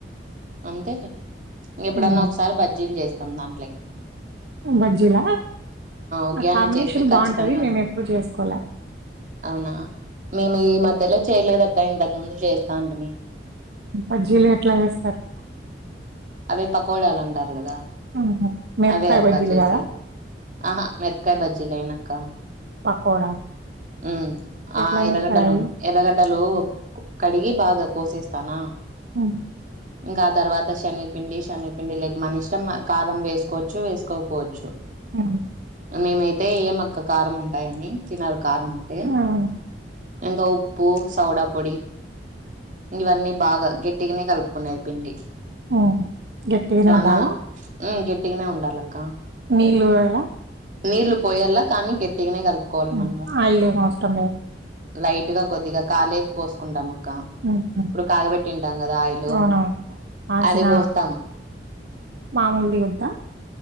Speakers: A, on the right; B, on the right.
A: అంతేలే ఇంక ఎప్పుడన్నా
B: హ్మ్.
A: ఒకసారి బజ్జీలు చేస్తాం దాంట్లోకి
B: బజ్జిలా
A: ఉగ్యాన్ని
B: ఆ కాంబినేషన్
A: చేస్తే ఖచ్చితంగా
B: బాగుంటది మేము ఎప్పుడు చేసుకోల
A: అవునా మేము ఈ మధ్యలో చేయలేదక్క ఇంతకు ముందు చేస్తా అంటిమీ
B: బజ్జీలు ఎట్లా వేస్తారు
A: అవే పకోడాలు అంటారు కదా
B: హుహు. మిరపకాయ
A: అవే అక్క
B: బజ్జీలు
A: చేసేది
B: గదా!
A: ఆహా మిరపకాయ బజ్జిలైనా అక్క
B: పకోడా
A: ఉ ఆ
B: ఎట్లా జేస్తారవి?
A: ఎర్రగడ్డలు ఎర్ర లు కడిగి బాగా కోసేస్తానా
B: అ
A: ఇంకా ఆ తర్వాత శనిగపిండి శనిగపిండి లేక మనిష్టం కారం వేసుకోవచ్చు వేసుకోకపోవచ్చు
B: ఆ
A: మేమైతే ఏయం అక్క కారం ఉంటాయని తినారు కారం ఉంటే
B: అవును.
A: ఇంకా ఉప్పు సౌడా పొడి ఇవన్నీ బాగా గట్టిగానే కలుపుకునేది పిండి
B: హ్మ్. గట్టిగనే
A: చనా
B: ఉండాలా?
A: గట్టిగానే ఉండాలక్క
B: నీళ్లు పోయల
A: నీళ్లు పోయల్ల కానీ గట్టిగానే కల్ కోవాలి
B: హ్మ్.
A: మనము
B: ఆయిలేం అవసరం లేదు.
A: లైట్గా కొద్దిగా కాలే పోసుకుంటాం అక్క
B: హుహు.
A: ఇప్పుడు కాగబెట్టింటాం కదా ఆయిలు
B: అవునవును. కాంచిన
A: అదే పో స్తం
B: మామూలుది వద్దా